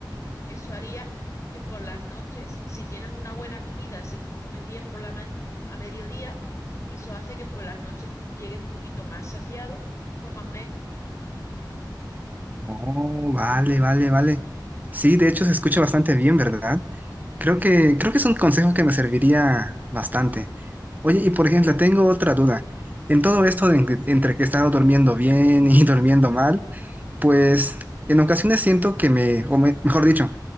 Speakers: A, on the left; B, on the right.
A: Eso haría que por las noches, si tienes una buena comida, si comes bien por la ma- mm, a mediodía, eso hace que por las noches llegues un poquito más saciado y comas menos.
B: Oh, vale, vale, vale. Sí, de hecho se escucha bastante bien, ¿verdad? Creo que, creo que es un consejo que me serviría bastante. Oye, y por ejemplo, tengo otra duda. En todo esto de en- entre que he estado durmiendo bien y <laughs> durmiendo mal, pues en ocasiones siento que me, o me- mejor dicho,